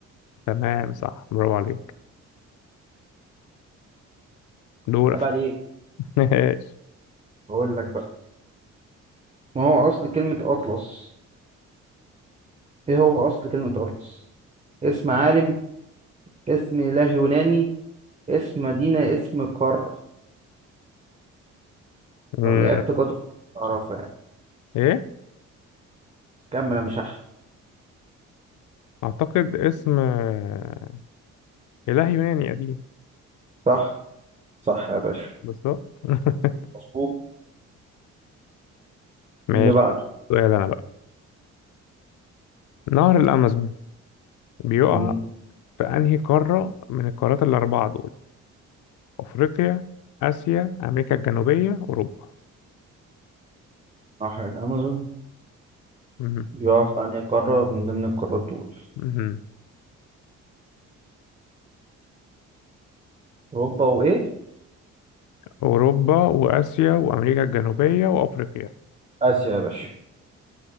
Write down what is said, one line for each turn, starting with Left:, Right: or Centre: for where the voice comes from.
Left: تمام صح برافو عليك دورك
Right: عيب عليك
Left: <laughs> ماشي
Right: بقول لك بقى ما هو اصل كلمة اطلس ايه هو اصل كلمة اطلس اسم عالم اسم اله يوناني اسم مدينة اسم قارة
Left: أمم،
Right: او لعبت جاتو في اعرفها يعني
Left: ايه
Right: كمل يا مش احمد
Left: اعتقد اسم آه، اله يوناني قديم
Right: صح صح يا باشا
Left: بالظبط <laughs>
Right: مظبوط
Left: ماشي
Right: اللي بعده
Left: سؤال انا بقى نهر الامازون بيقع
Right: مم.
Left: في انهي قارة من القارات الاربعة دول افريقيا اسيا امريكا الجنوبية اوروبا
Right: نهر الامازون
Left: أمم،
Right: بيقع في انهي قارة من ضمن القارات دول
Left: أمم.
Right: اوروبا وايه
Left: اوروبا واسيا وامريكا الجنوبية وافريقيا
Right: آسيا يا باشا